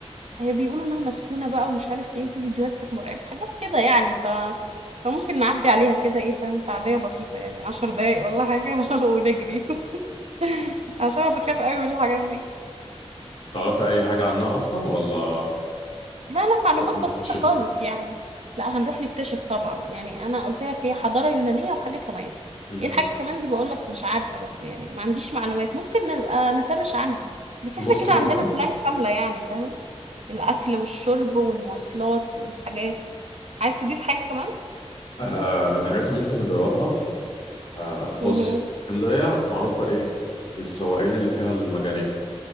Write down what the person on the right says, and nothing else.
هي بيقولوا انها مسكونه بقى ومش عارف ايه وفي فيديوهات كانت مرعبه حاجات كده يعني ف فممكن نعدي عليها كده ايه فاهم تعديه بسيطه يعني عشر دقايق ولا حاجه <laughs> ونجري <laughs> عشان انا بخاف قوي من الحاجات دي
لا لا معلومات
بسيطه خالص يعني لا هنروح نكتشف طبعا يعني انا قلت لك هي حضاره يونانيه وحاجه كمان
ايه الحاجه كمان دي بقول لك مش عارفه بس يعني ما عنديش معلومات ممكن نبقى نسرش عنها بس
احنا كده
عندنا بلان كامله يعني فاهم الاكل والشرب والمواصلات والحاجات عايز تضيف حاجة كمان
مهم.